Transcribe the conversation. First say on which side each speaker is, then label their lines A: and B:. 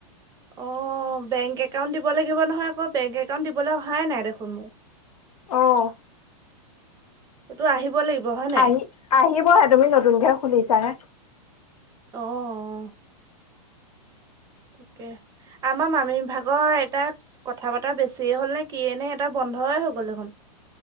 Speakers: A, on the right; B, on the left.
A: অ, বেংক একাউন্ট দিব লাগিব নহয় আকৌ, বেংক একাউণ্ট দিবলৈ অহাই নাই দেখোন মোৰ।
B: অ'হ
A: সেইটো আহিব লাগিব। হয় নাই?
B: আহি, আহিবহে তুমি নতুনকে খুুলিছা হে।
A: অ'হ--অহ তাকে, আমাৰ মামি ভাগৰ এটা কথা-বতা বেছিয়ে হ'ল নে, কিয়ে নে এটা বন্ধ আন্ধাৰে হৈ গ'ল দেখোন।